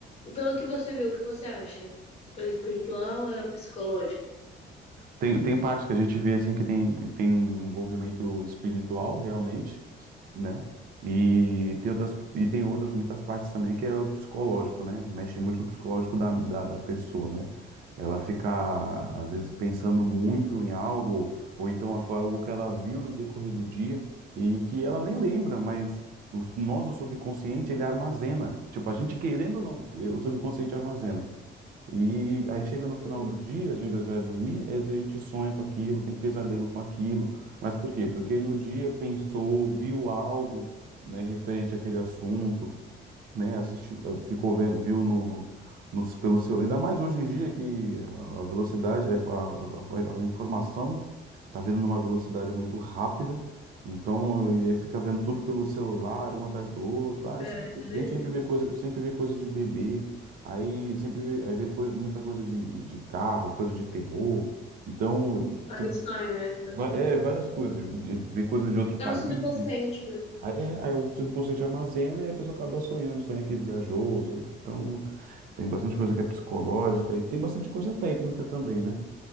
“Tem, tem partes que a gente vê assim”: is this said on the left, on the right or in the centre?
Right